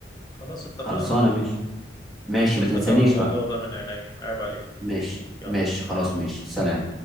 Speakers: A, on the left; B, in the centre.
A: خلاص اتفقنا
B: خلصانه ماشي ماشي
A: هشوف
B: ما تنسانيش
A: لك أنا الموضوع
B: بقى
A: ده من عينيا عيب عليك
B: ماشي
A: يلا
B: ماشي خلاص ماشي سلام